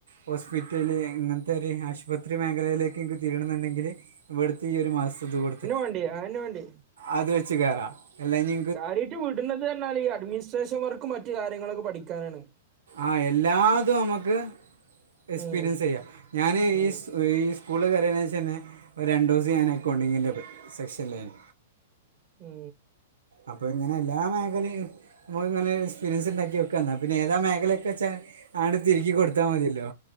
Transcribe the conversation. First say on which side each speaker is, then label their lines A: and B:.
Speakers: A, on the right; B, on the right.
A: ഹോസ്പിറ്റല് ഇങ്ങനത്തെ ഒരു ആശുപത്രി മേഖലയിലേക്ക് എനിക്ക് തിരിയണന്നുണ്ടെങ്കില് വെടുത്തീ ഒരു മാസം ത് കൊടുത്ത്
B: ണ്ടി അവന് വേണ്ടി
A: അത് വെച്ച് കേറാ അല്ലഞ്ഞി
B: കാര്യായിട്ട് വിടുന്നത് എന്നാൽ ഈ അഡ്മിനിസ്ട്രേഷൻ വർക്കും മറ്റും കാര്യങ്ങളൊക്കെ പഠിക്കാനാണ്.
A: ആഹ എല്ലാതും നമുക്ക് എക്സ്പീരിയൻസ്
B: ഉം
A: ചെയ്യാം ഞാന്
B: ഉം
A: ഈ ഈ സ്കൂളിൽ കയറിയനേഷന്നെ ഒരു രണ്ടു ദിവസം ഞാൻ അക്കൗണ്ടിങ്ങിൻ്റെ സെക്ഷനിലാണ്
B: മ്മ്
A: അപ്പോങ്ങനെ എല്ലാ മേഖലയും നമുക്ക്ങ്ങനെ എക്സ്പീരിയൻസ്ണ്ടാക്കി വെക്ക ന്നാ പിന്നെ ഏതാ മേഖലെക്കെച്ചാ ആണ്ട് തിരുകി കൊടുത്താ മതിയല്ലോ.